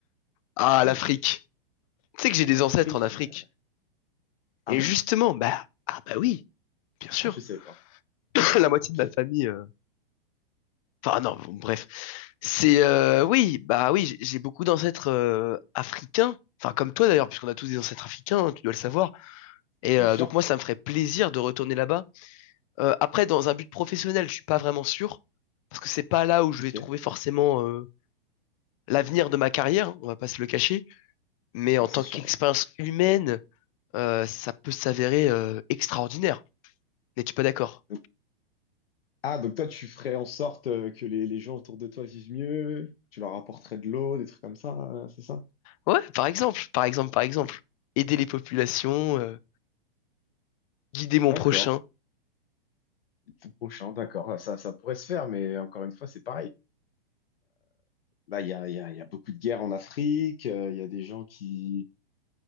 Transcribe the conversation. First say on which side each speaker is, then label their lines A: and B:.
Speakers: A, on the left (about 35°); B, on the left (about 80°).
A: Ah,
B: Parce que
A: l'Afrique. Tu sais que j'ai des ancêtres
B: l'Afrique...
A: en Afrique.
B: euh, Ah
A: Et
B: bon?
A: justement, bah, ah bah oui, bien sûr.
B: Ah, je savais
A: <coughs>
B: pas.
A: <laughs> La moitié
B: Ok.
A: de ma famille, euh, enfin non, bon, bref. C'est, euh,
B: Ok.
A: oui, bah oui, j'ai j'ai beaucoup d'ancêtres euh, africains. Enfin, comme toi d'ailleurs, puisqu'on a tous des ancêtres africains, hein, tu dois le savoir. Et
B: Bien
A: euh,
B: sûr.
A: donc moi, ça me ferait plaisir de retourner là-bas Euh, après, dans un but professionnel, je suis pas vraiment sûr, parce que c'est pas là où je
B: Ok.
A: vais trouver forcément euh, l'avenir de ma carrière, hein, on va pas se le cacher. Mais
B: Ah,
A: en tant
B: c'est sûr,
A: qu'expérience
B: ouais.
A: humaine, euh, ça peut s'avérer euh, extraordinaire. N'es-tu pas d'accord?
B: Donc- ah, donc toi, tu ferais en sorte euh, que les, les gens autour de toi vivent mieux, tu leur apporterais de l'eau, des trucs comme ça, euh, c'est ça?
A: Ouais, par exemple, par exemple, par exemple. Aider les populations, euh, guider mon
B: D'accord.
A: prochain.
B: C'est prochain, d'accord. Ah, Ça, ça pourrait se faire, mais encore une fois, c'est pareil. bah, il y a, il y a, il y a beaucoup de guerres en Afrique, euh, il y a des gens qui...